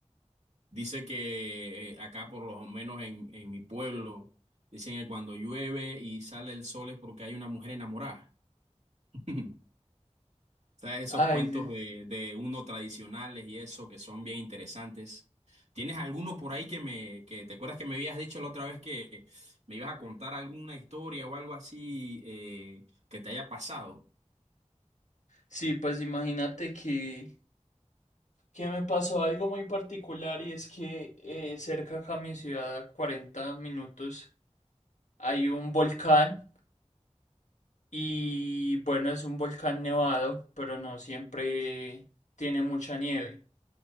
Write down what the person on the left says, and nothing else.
Ay,
sí,
Sí, pues imagínate que que me pasó algo muy particular y es que eh, cerca acá a mi ciudad, a 40 minutos, hay un volcán y bueno, es un volcán nevado, pero no siempre tiene mucha nieve.